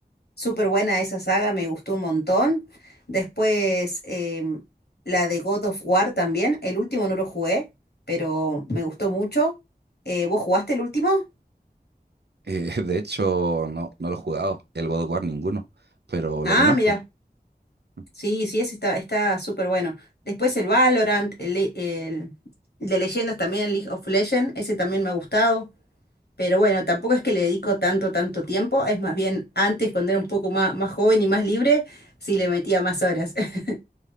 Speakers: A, on the left; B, on the right.
A: súper buena esa saga, me gustó un montón. Después, em, la de God of War también. El último no lo jugué, pero me gustó mucho. Eh, ¿vos jugaste el último?
B: Eh, <laughs> de hecho, no, no lo he jugado, el God of War ninguno, pero
A: Ah,
B: lo conozco.
A: mira.
B: <laughs>
A: Sí, sí, ese está, está súper bueno. Después el Valorant, el, le- el- el de leyendas también, el League of Legends, ese también me ha gustado. Pero bueno, tampoco es que le dedico tanto, tanto tiempo. Es más bien antes, cuando era un poco más, más joven y más libre, sí le metía más horas. <laughs>